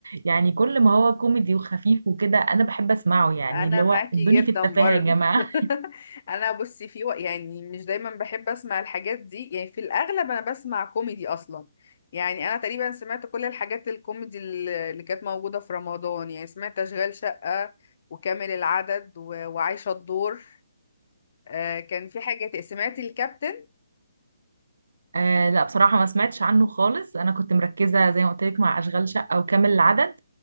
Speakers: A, on the right (about 75°); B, on the left (about 50°).
A: يعني كل ما هو كوميدي وخفيف وكده انا بحب اسمعه يعني
B: انا
A: اللي هو
B: معاكي
A: ادوني
B: جدا
A: في التفاهه
B: برضو
A: يا جماعه
B: <laughs> انا بصي في و... يعني مش دايما بحب اسمع الحاجات دي يعني في الاغلب انا بسمع كوميدي اصلا يعني انا تقريبا سمعت كل الحاجات الكوميدي الل- اللي كانت موجودة في رمضان يعني سمعت اشغال شقة وكامل العدد و... وعايشة الدور آه كان في حاجة ت- سمعت الكابتن
A: آه لا بصراحة ما سمعتش عنه خالص أنا كنت مركزة زي ما قلت لك مع أشغال شقة وكامل العدد